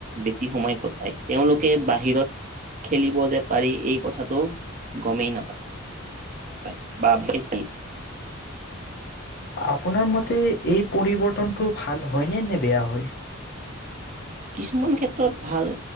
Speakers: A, on the right (about 35°); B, on the left (about 50°).
A: বেছি সময় কটায়, তেওঁলোকে বাহিৰত খেলিব যে পাৰি এই কথাটো গমেই নাপা <unintelligible>
B: আপোনাৰ মতে এই পৰিৱৰ্তনটো ভাল হয়নে নে বেয়া হয়?
A: কিছুমান ক্ষেত্ৰত ভাল।